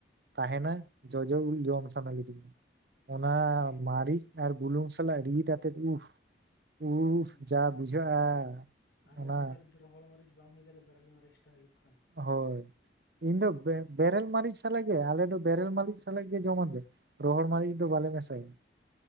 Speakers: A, on the right; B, on the left.
A: ᱛᱟᱦᱮᱱᱟ᱾ ᱡᱚᱡᱚ ᱩᱞ ᱡᱚᱢ ᱥᱟᱱᱟ ᱞᱤᱫᱤᱧᱟ᱾ ᱚᱱᱟ ᱢᱟᱹᱨᱤᱪ ᱟᱨ ᱵᱩᱞᱩᱝ ᱥᱟᱞᱟᱜ ᱨᱤᱫ ᱟᱛᱮᱫ ᱩᱦ ᱩᱥ
B: ᱦᱩᱸ
A: ᱡᱟ ᱵᱩᱡᱷᱟᱹᱜᱼᱟ
B: ᱟᱨᱦᱚᱸ
A: ᱚᱱᱟ
B: ᱚᱱᱟᱴᱟᱜ ᱡᱩᱫᱤ ᱨᱚᱦᱚᱲ ᱢᱟᱨᱤᱪ ᱵᱟᱝ ᱦᱩᱭ ᱠᱟᱛᱮᱜ ᱵᱮᱨᱮᱞ ᱢᱟᱨᱤᱪ ᱴᱟᱜ ᱦᱩᱭᱩᱜ ᱠᱷᱟᱱᱼᱼ
A: ᱦᱚᱭ ᱤᱧ ᱫᱚ ᱵᱮᱨᱮᱞ ᱢᱟᱨᱤᱪ ᱥᱟᱞᱟᱜ ᱜᱮ ᱟᱞᱮ ᱫᱚ ᱵᱮᱨᱮᱞ ᱢᱟᱨᱤᱪ ᱥᱟᱞᱟᱜ ᱜᱮ ᱡᱚᱢᱟᱞᱮ ᱾ ᱨᱚᱦᱚᱲ ᱢᱟᱨᱤᱪ ᱫᱚ ᱵᱟᱞᱮ ᱢᱮᱥᱟᱭᱟ ᱾